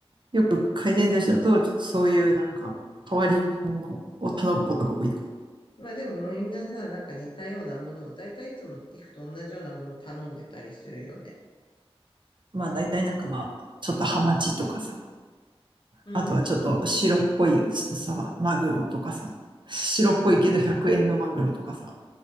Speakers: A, on the right; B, on the left.
A: よく回転寿司だと、ちょっとそういうなんか、変わり物を頼むことが多いかも。
B: まあでもみんなさ、なんか似たようなものを、だいたいいつも行くと同じようなものを頼んでたりするよね。
A: まあ大体なんかまあ、ちょっとハマチとかさ、
B: うーん、
A: あとはちょっと白っぽいさ、マグロとかさ、白っぽいけど100円のマグロとかさ、